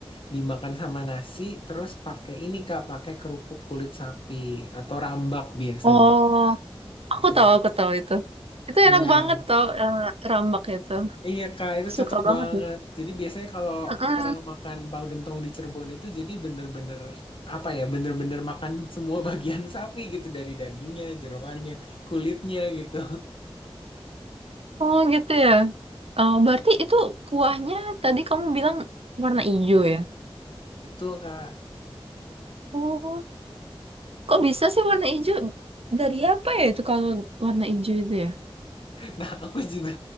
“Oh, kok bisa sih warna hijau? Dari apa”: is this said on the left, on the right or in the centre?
Right